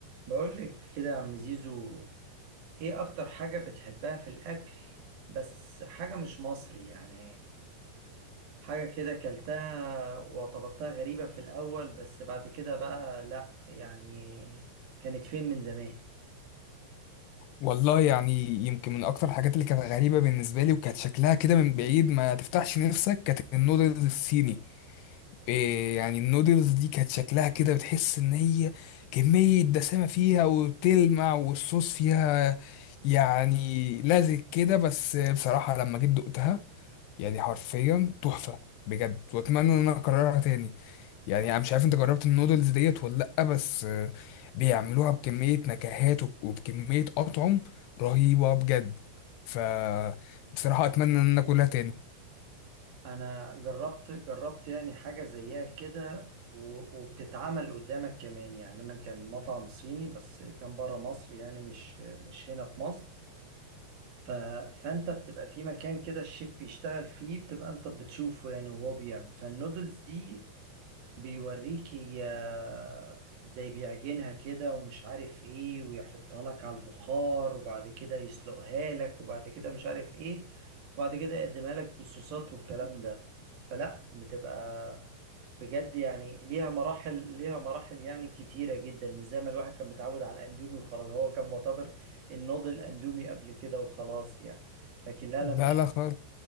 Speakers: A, on the right; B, on the left.
A: بقول لك كده يا عم زيزو ايه اكتر حاجة بتحبها في الاكل بس حاجة مش مصري يعني حاجة كده كلتها واعتبرتها غريبة في الاول بس بعد كده بقى لا يعني كانت فين من زمان
B: والله يعني يمكن من اكتر الحاجات اللي كانت غريبه بالنسبه لي وكانت شكلها كده من بعيد ما تفتحش نفسك كانت النودلز الصيني إيه يعني النودلز دي كانت شكلها كده بتحس ان هي كميه دسامه فيها وبتلمع والصوص فيها يعني لازق كده بس بصراحه لما جيت دقتها يعني حرفيا تحفه بجد واتمنى ان انا اكررها تاني يعني انا مش عارف انت جربت النودلز ديت ولا لا بس آه، بيعملوها بكمية نكهات وب- وبكمية أطعم رهيبة بجد ف بصراحة أتمنى إن أنا أكلها تاني
A: انا جربت جربت يعني حاجة زيها كده و- وبتتعمل قدامك كمان يعني انا كان مطعم صيني بس كان بره مصر يعني مش مش هنا في مصر ف... فانت بتبقى في مكان كده الشيف بيشتغل فيه بتبقى انت بتشوفه يعني وهو بيعمل فالنودلز دي بيوريكي آه، زي بيعجنها كده ومش عارف ايه ويحطها لك على البخار وبعد كده يسلقها لك وبعد كده مش عارف ايه وبعد كده يقدمها لك بالصوصات والكلام ده فلا بتبقى بجد يعني ليها مراحل ليها مراحل يعني كتيرة جدا مش زي ما الواحد كان متعود على الأندومي وخلاص هو كان معتبر النوض الأندومي قبل كده وخلاص يعني لكن لا
B: لا
A: لما
B: لا خالص